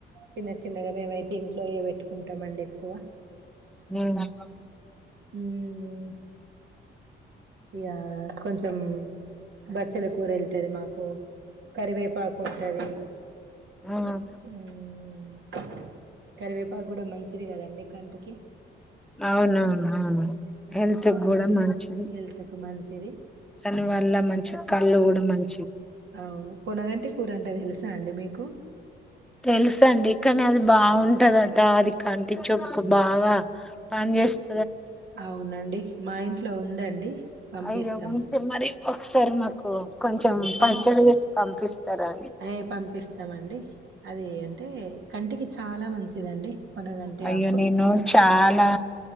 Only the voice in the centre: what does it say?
<inaudible>
ఉమ్.
అవునవును అవును హెల్త్
కూడా మంచిది
దాని వల్ల మంచి కళ్ళు కూడ మన్
తెలుస అండి కానీ అది బాగుంటదట అది కంటి చూప్ కి బాగా పని చేస్త
అయ్యో ఉంటే మరి ఒకసారి మాకు కొంచెం
పచ్చడి చేసి పంపిస్తారా అండి
అయ్యో
నేను చాలా